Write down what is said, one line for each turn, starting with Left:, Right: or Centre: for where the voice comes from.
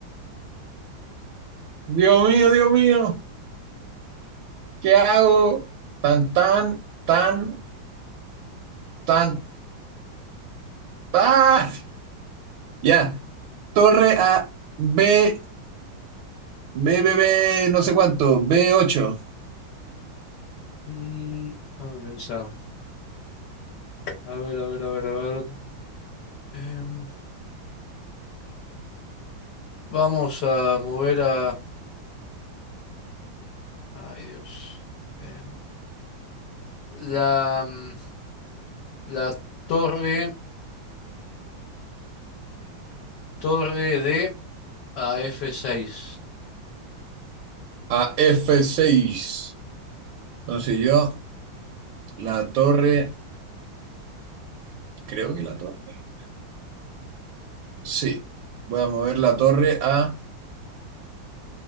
Right: Dios mío, Dios mío, ¿qué hago? Tan, tan, tan, tan, tan. Ya. Torre a B, B, B, B, no sé cuánto, b ocho
Left: Mm, déjame pensar. A ver, a ver, a ver, a ver. Em, vamos a mover a... Ay, Dios. Em, la, mm, la torre, torre D a f seis
Right: A f seis Entonces yo, la torre, creo que la torre. Sí. Voy a mover la torre a